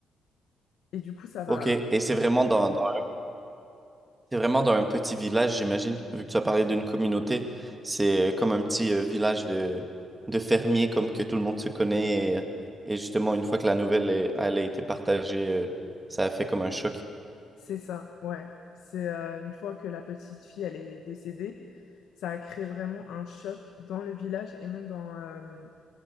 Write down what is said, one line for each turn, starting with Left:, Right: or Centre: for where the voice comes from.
Left: Et du coup, ça va,
Right: Ok, et c'est vraiment dans, dans- c'est vraiment dans un petit village, j'imagine. Vu que tu as parlé d'une communauté, c'est euh, comme un petit euh, village de, de fermiers, comme que tout le monde se connaît. Et, et justement, une fois que la nouvelle est- elle a été partagée, euh, ça a fait comme un choc.
Left: C'est ça, ouais. C'est euh, une fois que la petite fille, elle est décédée, ça a créé vraiment un choc dans le village et même dans, euh,